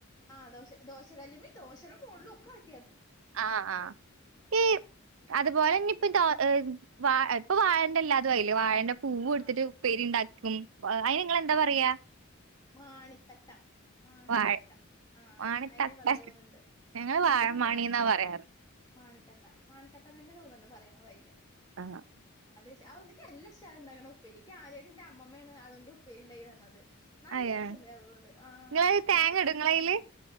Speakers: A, on the left (about 20°); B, on the right (about 70°).
A: ആഹ് ദോശ ദോശകല്ല്മി ദോശടെ മോളിലും ഒക്കെ വെ
B: ആഹ ആഹ് ഈ അതുപോലെന്നെ ഇപ്പത ഹ് വാ ഇപ്പൊ വാഴന്റെ എല്ലാതും ആയില്ലേ. വാഴന്റെ പൂവ്
A: ആ
B: ഇട്ത്തിട്ട് പ്പേരിണ്ടാ ഹ്മ് അയിന് ങ്ങളെന്താ പറയാ?
A: മാണിത്തട്ട മാണിത്തട്ട.
B: വാഴ
A: ആഹ
B: മാണിത്തട്ട
A: അയിനേ പറയാ തോന്നുണ്ട്.
B: ഞങ്ങള് വാഴമാണിന്നാ
A: ആഹ്.
B: പറയാറ്
A: മാണിത്തട്ട മാണിത്തട്ടന്ന് തന്നെ തോന്നുണ്ട് പറയുണത് അയിന്.
B: ആഹ്
A: അതെ ശ അഒന്ന്ക്കെ നല്ല ഇഷ്ടം ഉണ്ടാകണം ഉപ്പേരി ക്കാദ്യാ ത് ന്റെ അമ്മമ്മേണ് അതിന്റെ ഉപ്പേരി ഉണ്ടാക്കി തന്നത്. നല്ല
B: അയ്യോ
A: സണ്ടായിരുന്നു അത് ആഹ്
B: നിങ്ങള്
A: പിന്നെ.
B: തേങ്ങ ഇടും നിങ്ങളയില്